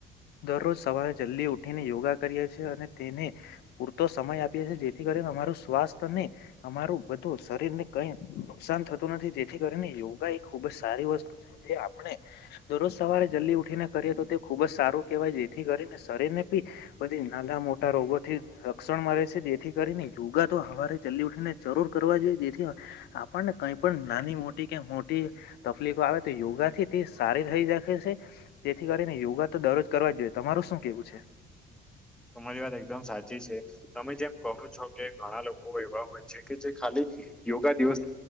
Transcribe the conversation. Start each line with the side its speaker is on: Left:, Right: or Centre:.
Left: દરરોજ સવારે જલ્દી ઉઠીને યોગા કરીએ છીએ. તે પૂરતો સમય આપીએ, જેથી કરીને અમારું સ્વાસ્થને અમારું બધું. શરીરને કંઈ નુકસાન થતું નથી, જેથી કરીને યોગા એ ખુબ જ સારી વસ્તુ છે. એ આપણે દરરોજ સવારે જલ્દી ઉઠીને. તો તે ખુબ જ સારું કહેવાય, જેથી કરીને શરીર ને બી બધી નાના-મોટા રોગોથી રક્ષક. છે, જેથી કરીને યોગા તો હરે જલ્લી ઉઠીને જરૂર કરવા જોઈએ, જેથી આપણને કઈ પણ. નાની મોટી કે મોટી તકલીફો આવે, તો યોગા થી તે સારી રહી રાખે છે. તેથી કરીને યોગા તો દરરોજ કરવા જ જોઈએ, તમારું શું કેવું છે.
Centre: તમારી વાત એકદમ સાચી છે, તમે જેમ કહો છો કે ઘણા લોકો એવા હોય છે કે ખાલી. યોગા દિવસ,